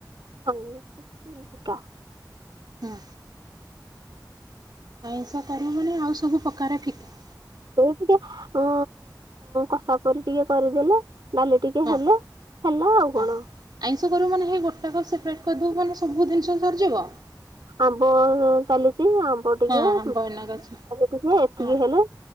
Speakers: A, on the right (about 85°); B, on the right (about 65°).
A: <inaudible>
B: ହୁଁ ଆଇଁସ କରୁ ମାନେ ଆଉ ସବୁ ପ୍ରକାର ଫିକା
A: ସେଇ ଟିକେ ଅ କଷା କଷି କରିଦେଲେ ଡାଲି ଟିକେ
B: ହଁ
A: ହେଲେ ହେଲା ଆଉ
B: ହଁ।
A: କଣ?
B: ଆଇଁଷ କରିବୁ ମାନେ ହେଇ ଗୋଟା କପ୍ ସେପରେଟ କରିଦେବୁ ମାନେ ସବୁ ଜିନିଷ ସରିଯିବ।
A: ଆମ୍ବ ଚାଲିଛି ଆମ୍ବ ଟିକେ
B: ହଁ ବଇନା ଅଛି
A: ଟିକେ ଏତିକି
B: ହଁ
A: ହେଲେ